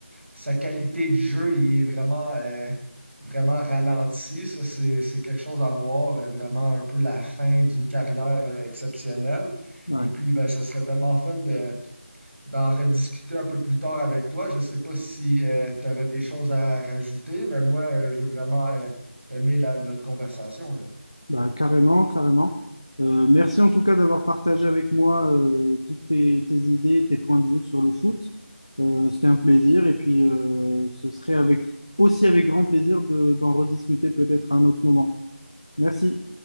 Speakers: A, on the right (about 70°); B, on the left (about 25°).
A: sa qualité de jeu il est vraiment, euh, vraiment ralentie. Ça, c'est, c'est quelque chose à voir, euh, vraiment un peu la fin d'une carrière euh, exceptionnelle.
B: Ouais.
A: Et puis, ben, ce serait tellement fun de d'en rediscuter un peu plus tard avec toi. Je ne sais pas si tu aurais des choses à rajouter, mais moi, euh, j'ai vraiment euh, aimé la- notre conversation, là.
B: Bah, carrément, carrément. Euh, merci en tout cas d'avoir partagé avec moi euh, toutes tes, tes idées, tes points de vue sur le foot. Euh, c'était un plaisir et puis euh, ce serait avec, aussi avec grand plaisir de, d'en rediscuter peut-être à un autre moment. Merci.